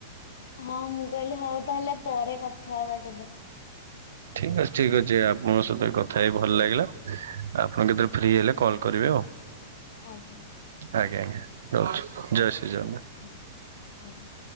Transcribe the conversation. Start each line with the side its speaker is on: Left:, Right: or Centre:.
Left: ହଁ ମୁଁ କହିଲି ହଉ ତାହେଲେ ପରେ କଥା ହବା କେବେ।
Right: ଠିକ୍ ଅଛି ଠିକ୍ ଅଛି ଆପଣଙ୍କ ସହିତ କଥା ହେଇ ଭଲ ଲାଗିଲା ଆପଣ କେତେବେଳେ ଫ୍ରି ହେଲେ କଲ୍ କରିବେ ଆଉ। <inaudible>
Left: ଆଜ୍ଞା।
Right: ଆଜ୍ଞା ଆଜ୍ଞା ରହୁଛି ଜୟ ଶ୍ରୀ ରାମ।
Left: ହୁଁ ଆଜ୍ଞା।